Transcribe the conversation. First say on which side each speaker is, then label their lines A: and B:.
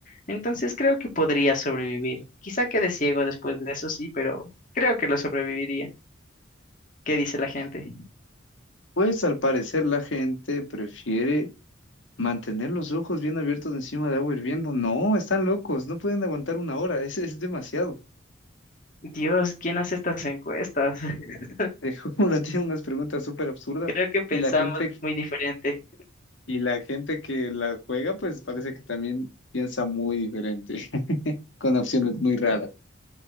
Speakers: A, on the left; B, on the left.
A: Entonces creo que podría sobrevivir. Quizá quede ciego después de eso, sí, pero creo que lo sobreviviría. ¿Qué dice la gente?
B: Pues al parecer la gente prefiere mantener los ojos bien abiertos encima de agua hirviendo. No, están locos, no pueden aguantar una hora, <laughs> es, es demasiado.
A: Dios, ¿quién hace estas encuestas? <laughs>
B: <laughs> Como la tiene unas preguntas súper absurdas
A: Creo que pensamos
B: y la gente
A: muy diferente.
B: Y la gente que la juega, pues parece que también piensa muy diferente, <laughs> con opciones muy raras.